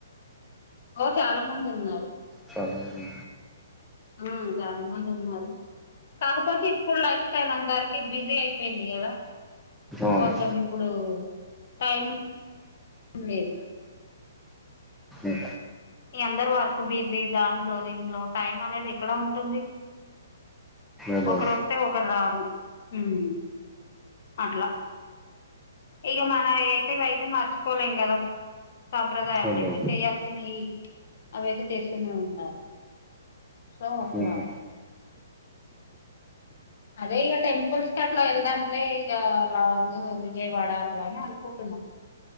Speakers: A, on the left; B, in the centre.
A: ఓ చాల మంది ఉన్నారు.
B: చాలమందా
A: ఉమ్ చాలా మంది ఉన్నారు కాకపోతే ఇప్పుడు లైఫ్ స్టైల్ అందరికి బిజీ అయిపోయింది గదా
B: అవును
A: కొంచెం ఇప్పుడూ టైం లేేదు
B: అదే
A: ఈ అందరు వర్క్ బిజీ దాంట్లో దీంట్లో టైమ్ అనేది ఎక్కడ ఉంటుంది.
B: అదే
A: ఒకరు ఒస్తే ఒకరు రారు ఉమ్ అట్లా ఇగ మనయే అయితే ఇవి అయితే మర్చిపోలేం కదా సాంప్రదాయాం
B: అవునా.
A: అయితే చెయ్యాల్సియి అవైతే చేస్సునే ఉంటారు సో అట్లా
B: ఊహూ.
A: అదే ఇక టెంపుల్స్ కి అట్లా ఏళ్దాంలే ఇగ లాంగు విజయ్ వాడ అట్లా అని అనుకుంటున్నాం